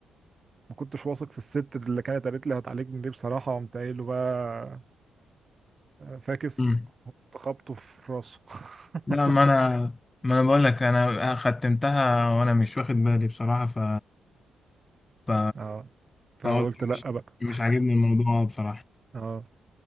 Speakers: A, on the right; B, on the left.
A: ما كنتش واثق في الست اللي كانت قالت لي هتعالجني دي بصراحه قمت قايل له بقى فاكس
B: مم.
A: خبطه في راسه <laughs>
B: لا ما انا ما انا بقول لك انا ختمتها وانا مش واخد بالي بصراحه ف ف
A: اه فقلت
B: فقلت
A: لأ
B: مش
A: بقى
B: مش عاجبني الموضوع بصراحه
A: <laughs> اه